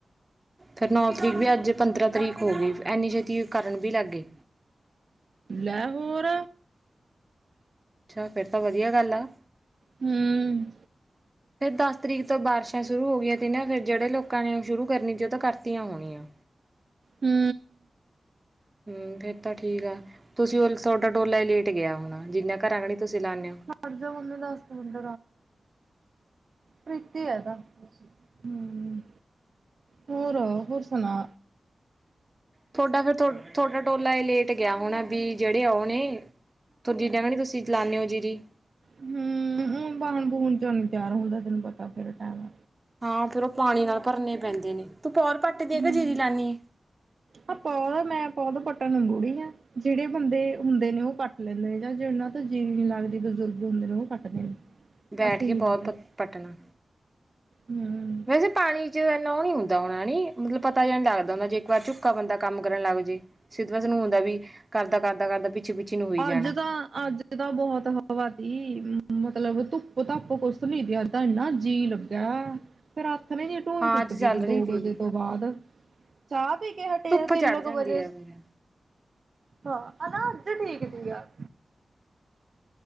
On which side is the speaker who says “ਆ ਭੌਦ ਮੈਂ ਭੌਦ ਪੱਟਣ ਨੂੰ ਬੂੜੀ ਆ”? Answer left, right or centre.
Right